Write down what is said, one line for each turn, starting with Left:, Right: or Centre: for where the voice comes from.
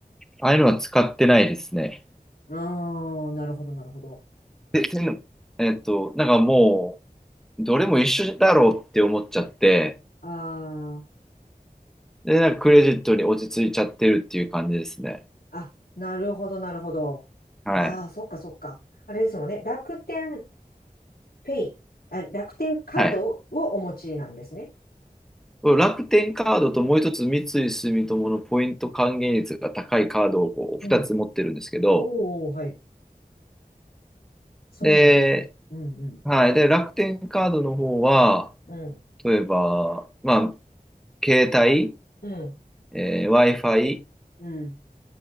Centre: ああいうのは使ってないですね。
Left: ああ、なるほど、なるほど。
Centre: で、そんのえーっと、なんかもう、どれも一緒だろうって思っちゃって、
Left: ああ。
Centre: で、なんかクレジットに落ち着いちゃってるっていう感じですね。
Left: あ、なるほど、なるほど。
Centre: はい。
Left: ああ、そっか、そっか。あれですもんね。楽天ペイ、あ、楽天カードをお持ちなんですね。
Centre: はい。楽天カードともう一つ三井住友のポイント還元率が高いカードをこう二つ持ってるんですけど、
Left: うん。おお、はい。そうなんです。
Centre: で、
Left: うん、うん。
Centre: はい。で、楽天カードの方は、
Left: うん、
Centre: 例えば、まあ、携帯、
Left: うん、
Centre: えー Wi-Fi、
Left: うん。